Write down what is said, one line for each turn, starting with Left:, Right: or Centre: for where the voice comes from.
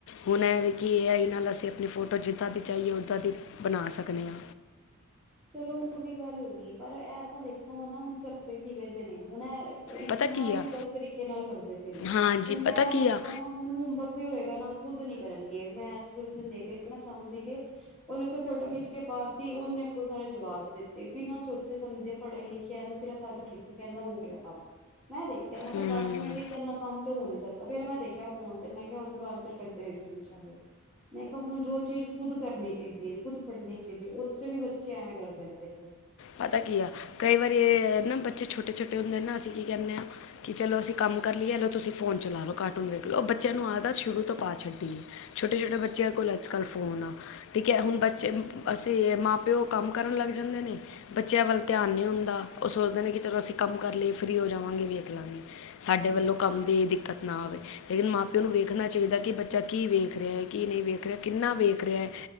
Left: ਹੁਣ ਐਵੇਂ ਕੀ ਇਹ ਆਈ ਨਾਲ ਅਸੀਂ ਆਪਣੀ ਫੋਟੋ ਜਿੱਦਾਂ ਦੀ ਚਾਹੀਏ ਉੱਦਾਂ ਦੀ ਬਣਾ ਸਕਦੇ ਆ।
Centre: ਚਲੋ ਉਹ ਵੀ ਗੱਲ ਹੋ ਗਈ ਪਰ ਇਹ ਤਾਂ ਦੇਖੋ ਨਾ ਹੁਣ ਡਦੇ ਕਿਵੇਂ ਦੇ ਨੇ ਹੁਣ ਇਹ ਤੇ ਇਸਤੇਮਾਲ
Left: ਪਤਾ ਕੀ ਆ
Centre: ਵੀ ਗ਼ਲਤ ਤਰੀਕੇ ਨਾਲ ਕਰਦੇ ਪਏ ਨੇ
Left: ਹਾਂਜੀ
Centre: ਹੁਨ ਮੈਂ
Left: ਪਤਾ
Centre: ਦੇਖੋ
Left: ਕੀ ਆ
Centre: ਨਾ ਹੁਨ ਹੋਮਵਰਕ ਵੀ ਹੋਏਗਾ ਨਾ ਖੁਦ ਨੀ ਕਰਨਗੇ ਮੈਥ <unintelligible> ਮੈਂ ਸਮਝ ਕੇ। ਓਦੇ ਉੱਤੇ ਫੋਟੋ ਖਿੱਚ ਕੇ ਪਾਤੀ ਓਨੇ ਬੋਤ ਸਾਰੇ ਜਵਾਬ ਦਿੱਤੇ, ਬਿਨਾਂ ਸੋਚੇ ਸਮਝੇ ਪੜ੍ਹੇ ਲਿਖੇ ਨਾ ਸਿਰਫ <unintelligible> ਲਿਖੇ ਕਹਿੰਦਾ ਹੋ ਗਿਆ ਕੰਮ। ਮੈਂ ਦੇਖਿਆ ਮੈਂ ਕਿਹਾ
Left: ਹਮ
Centre: ਦਸ ਮਿੰਟ 'ਚ ਇੰਨਾ ਕੰਮ ਤੇ ਹੋ ਨੀ ਸਕਦਾ ਫੇਰ ਮੈਂ ਦੇਖਿਆ ਫੋਨ ਤੇ ਮੈਂ ਕਿਹਾ ਓਧਰੋਂ ਆਂਸਰ ਕੱਢੇ ਹੋਏ ਸੀ ਓਨੇ ਸਾਰੇ। ਮੈਂ ਕਿਹਾ ਹੁਨ ਜੋ ਚੀਜ਼ ਖੁਦ ਕਰਨੀ ਚਾਈਦੀ ਏ, ਖੁਦ ਪੜ੍ਹਨੀ ਚਾਹੀਦੀ ਏ, ਉਸ ਚ ਵੀ ਬ ਬੱਚੇ ਐਵੇਂ ਕਰਦੇ ਨੇ ਦੇਖੋ।
Left: ਪਤਾ ਕੀ ਆ, ਕਈ ਵਾਰੀ ਨਾ ਬੱਚੇ ਛੋਟੇ-ਛੋਟੇ ਹੁੰਦੇ ਨਾ ਅਸੀਂ ਕੀ ਕਹਿਨੇ ਆਂ? ਕਿ ਚਲੋ ਅਸੀਂ ਕੰਮ ਕਰ ਲਈਏ ਐ ਲੋ ਤੁਸੀਂ ਫੋਨ ਚਲਾ ਲੋ, ਕਾਰਟੂਨ ਵੇਖ ਲੋ, ਬੱਚਿਆਂ ਨੂੰ ਆਦਤ ਸ਼ੁਰੂ ਤੋਂ ਪਾ ਛੱਡੀ ਏ। ਛੋਟੇ-ਛੋਟੇ ਬੱਚਿਆਂ ਕੋਲ ਅੱਜ-ਕੱਲ ਫੋਨ ਆ। ਠੀਕ ਐ, ਹੁਨ ਬੱਚੇ ਅਸੀਂ ਮਾਂ-ਪਿਓ ਕੰਮ ਕਰਨ ਲੱਗ ਜਾਂਦੇ ਨੇ। ਬੱਚਿਆਂ ਵੱਲ ਧਿਆਨ ਨੀ ਹੁੰਦਾ, ਓ ਸੋਚਦੇ ਨੇ ਕਿ ਚਲੋ ਅਸੀਂ ਕੰਮ ਕਰ ਲਈਏ, ਫ੍ਰਰੀ ਹੋ ਜਾਵਾਂਗੇ, ਵੇਖ ਲਾਂਗੇ। ਸਾਡੇ
Centre: ਹਮ
Left: ਵੱਲੋਂ ਕੰਮ ਦੀ ਦਿੱਕਤ ਨਾ ਆਵੇ ਲੇਕਿਨ ਮਾਂ-ਪਿਓ
Centre: ਹਮ
Left: ਨੂੰ ਵੇਖ ਦੇਖਣਾ ਚਾਈਦਾ ਕਿ ਬੱਚਾ ਕੀ ਵੇਖ ਰਿਹਾ ਏ, ਕੀ ਨੀ ਵੇਖ ਰਿਹਾ ਕਿੰਨਾ ਵੇਖ ਰਿਹਾ ਐ?